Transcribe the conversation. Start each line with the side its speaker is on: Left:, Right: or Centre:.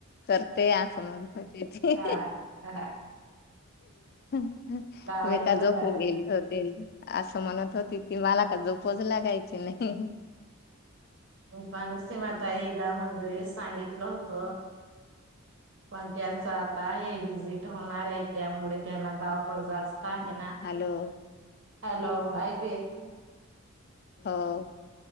Left: करते असं म्हणत होती ती.
Right: हा हा.
Left: <unintelligible>
Right: लावायचं
Left: मी का झोपून
Right: ना
Left: गेली होती. असं म्हणत होती ती मला का झोपच लागायची नाही.
Right: मी पण सीमा ताईला म्हणजे हेच सांगितलं होत.
Left: <inaudible>
Right: पण त्यांच आता आहे विजिट होणार आहे त्यामुळे त्यांना धावपळ जास्त आहे ना.
Left: हॅलो?
Right: हॅलो ऐक
Left: हो.